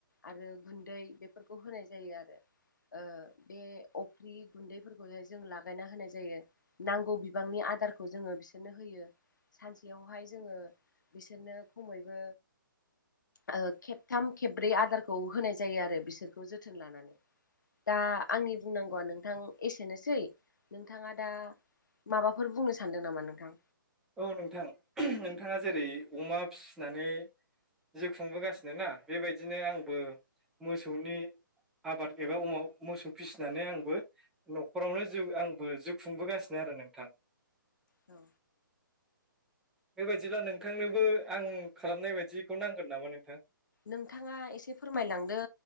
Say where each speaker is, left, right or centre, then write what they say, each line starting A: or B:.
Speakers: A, on the left; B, in the centre.
A: आरो गुन्दै बेफोरखौ होनाय जायो आरो ओ बे अफ्रि गुन्दैफोरखौनो जों लागायना होनाय जायो नांगौ बिबांनि आ दारखौ जोङो बिसोरनो होयो सानसेयावहाय जोङो बिसोरनो खमैबो ओ खेबथाम खेबब्रै आदारखौ होनाय जायो आरो बिसोरखौ जोथोन लानानै दा आंनि बुंनांगौआ नोंथां एसेनोसै नोंथाङा दा माबाफोर बुंनो सानदों नामा नोंथां?
B: औ नोंथां, नोंथाङा जेरै अमा फिसिनानै जिउ खुंबोगासिनो ना, बेबायदिनो आंबो मोसौनि आबाद एबा अमाव मोसौ फिसिनानै आंबो न'खरावनोउ जिउ आंबो जिउ खुंबोगासिनो आरो नोंथां
A: औ
B: बेबायाददिब्ला नोंथांनोबो आं खालामनाय बायदिखौ नांगोन नामा नोंथां?
A: नोंथाङा एसे फोरमायलांदो